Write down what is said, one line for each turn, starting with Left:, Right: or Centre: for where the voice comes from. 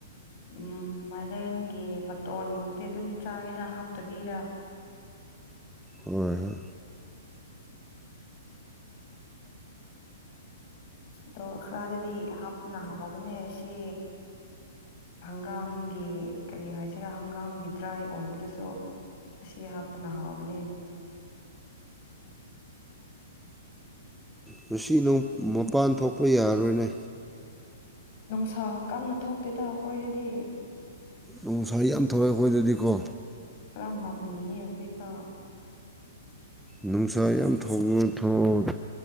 Left: ꯎꯝ ꯃꯔꯦꯟꯒꯤ ꯃꯇꯣꯟꯒꯨꯝꯕꯗꯤ ꯑꯗꯨꯝ ꯆꯥꯏꯌꯦꯗ ꯍꯥꯞꯇꯕꯤꯗ
Centre: ꯍꯣꯏ ꯍꯣꯏ
Left: ꯗꯣ ꯈꯔꯗꯗꯤ ꯍꯥꯞꯄꯅ ꯍꯥꯎꯕꯅꯦ ꯑꯁꯤ ꯍꯪꯒꯥꯝꯒꯤ ꯀꯔꯤ ꯍꯥꯏꯁꯤꯔꯥ ꯍꯪꯒꯥꯝꯒꯤ ꯗ꯭ꯔꯥꯏ ꯑꯣꯏꯕꯗꯨꯁꯨ ꯑꯁꯤ ꯍꯥꯞꯄꯅ ꯍꯥꯎꯕꯅꯦ
Centre: ꯉꯁꯤ ꯅꯪ ꯃꯄꯥꯟ ꯊꯣꯛꯄ ꯌꯥꯔꯔꯣꯏꯅꯦ
Left: ꯅꯨꯡꯁꯥ ꯀꯟꯅ ꯊꯣꯛꯇꯦꯗ ꯑꯈꯣꯏꯗꯗꯤ
Centre: ꯅꯨꯡꯁꯥ ꯌꯥꯝ ꯊꯣꯛꯑꯦ ꯑꯩꯈꯣꯏꯗꯗꯤꯀꯣ
Left: ꯈꯔꯥ ꯃꯝꯃꯤꯌꯦ ꯍꯨꯖꯤꯛꯐꯥꯎ
Centre: ꯅꯨꯡꯁꯥ ꯌꯥꯝ ꯊꯨꯅ ꯊꫭꯛꯎꯨ